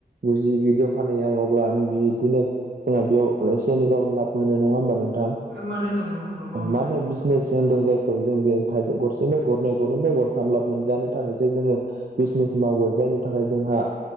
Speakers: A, on the right; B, on the right.
A: गुजि बिदियाव फानहैयो आङ अब्ला बिदिनो जोंहा बेयाव एसे एनैबाबो लाब मोनो नङा होमबा नों थां
B: मोनो नंगौ नंगौ नोंथां
A: मा होनो
B: नंगौ
A: बिजनेसो होनदों खौ जों बेहाय थाय गरसेनिफ्राय गरनै गरनैनिफ्राय गरथाम लाब मोनजानो थाखायसो जोङो बिजनेस मावो जायनि थाखाय जोंहा